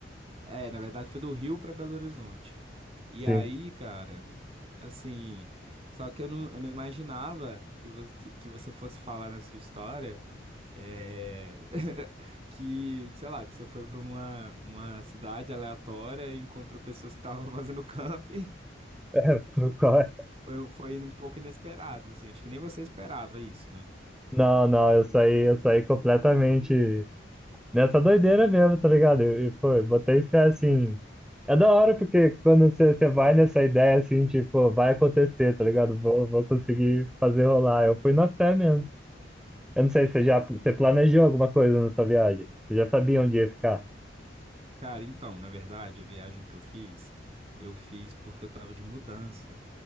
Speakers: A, on the right (about 30°); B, in the centre.
A: é, na verdade, foi do Rio pra Belo Horizonte. E
B: Sim.
A: aí,
B: <laughs>
A: cara, assim, só que eu não, eu não imaginava que você, que, que você fosse falar na sua história. É, <laughs> que, sei lá, que você foi para uma, uma cidade aleatória e encontrou pessoas que estavam <laughs> fazendo camping.
B: É, pô, qual é?
A: Foi, foi um pouco inesperado, assim. Acho que nem você esperava isso, né?
B: Não, não, eu saí, eu saí completamente. Nessa doideira mesmo, tá ligado? eu e, pô, eu botei fé assim. É da hora, porque quando você você vai nessa ideia assim, tipo, vai acontecer, tá ligado? Vou, vou conseguir fazer rolar. Eu fui na fé mesmo. Eu não sei, você já você planejou alguma coisa na sua viagem? Você já sabia onde ia ficar?
A: Cara, então, na verdade, a viagem que eu fiz, eu fiz porque eu tava de mudança,